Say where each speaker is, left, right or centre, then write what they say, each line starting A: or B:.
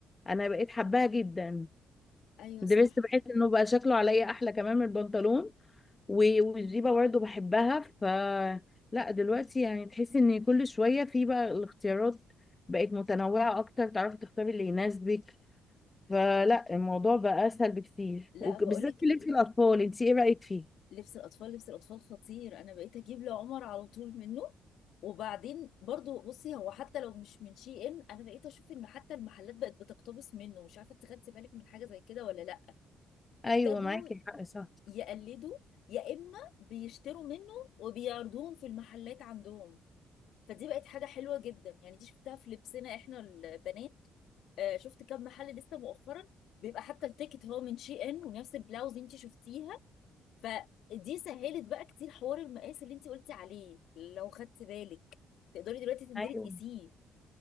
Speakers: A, on the left; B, on the left.
A: انا بقيت حباها جدا
B: ايوه
A: درست
B: صح
A: بحس انه بقى شكله عليا احلى كمان من البنطلون و- والجيبه برضه بحبها ف لا دلوقتي يعني تحسي ان كل شويه في بقى الاختيارات بقت متنوعه اكتر تعرفي تختاري اللي يناسبك فلا الموضوع بقى اسهل بكتير
B: لا
A: وبالذات
B: بقول لك
A: في لبس
B: إيه،
A: الاطفال انت ايه رايك فيه
B: لبس الاطفال لبس الاطفال خطير انا بقيت اجيب لعمر على طول منه وبعدين برضو بصي هو حتى لو مش من شي ان انا بقيت اشوف ان حتى المحلات بقت بتقتبس منه مش عارفه انت خدتي بالك من حاجه زي كده ولا لا
A: ايوه
B: ابتدوا
A: معاكي حق صح
B: يقلدوا يا اما بيشتروا منه وبيعرضوهم في المحلات عندهم فدي بقت حاجه حلوه جدا يعني دي شفتها في لبسنا احنا البنات آه، شفت كم محل لسه مؤخرا بيبقى حتى التيكت هو من شي ان ونفس البلاوز انت شفتيها فدي سهلت بقى كتير حوار المقاس اللي انت قلتي عليه لو خدت بالك تقدري دلوقتي تنزلي
A: ايوه
B: تقيسيه